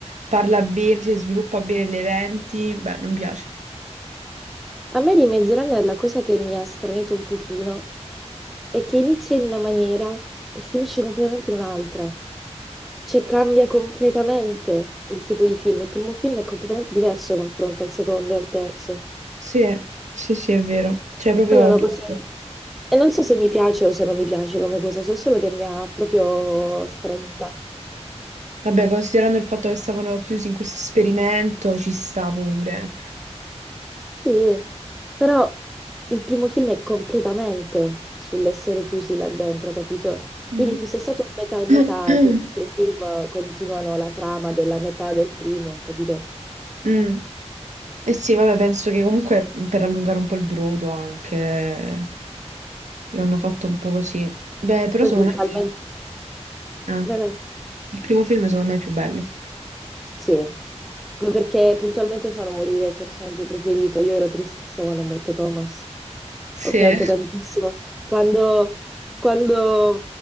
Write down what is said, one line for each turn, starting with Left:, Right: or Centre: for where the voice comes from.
Right: Parla bene, cioè, sviluppa bene gli eventi. Beh, non piace.
Centre: A me di Maze Runner la cosa che mi ha stranito un pochino è che inizia in una maniera e finisce completamente in un'altra. Cioè, cambia completamente il tipo di film. Il primo film è completamente diverso confronto al secondo e al terzo.
Right: Sì, sì, sì, è vero. C'è proprio
Centre: Allora,
Right: tutto.
Centre: una cosa... E non so se mi piace o se non mi piace come cosa, so solo che mi ha proprio stranita.
Right: Vabbè, considerando il fatto che stavano chiusi in questo esperimento, ci sta pure.
Centre: Sì, però il primo film è completamente sull'essere chiusi là dentro, capito?
Right: Mm.
Centre: Quindi fosse stato un metà e metà
Right: <clears throat>
Centre: e poi gli altri film continuano la trama della metà del primo, capito?
Right: Mm. Eh sì, vabbè, penso che comunque mh, per allungare un po' il brodo anche l'hanno fatto un po' così. Beh, però
Centre: Poi
Right: secondo
Centre: puntualmente...
Right: me il film- eh,
Centre: Dai, dai.
Right: il primo film secondo me è più bello.
Centre: Sì. Poi perché puntualmente fanno morire il personaggio preferito. Io ero tristissima quando è morto Thomas.
Right: Sì,
Centre: Ho pianto tantissimo. Quando, quando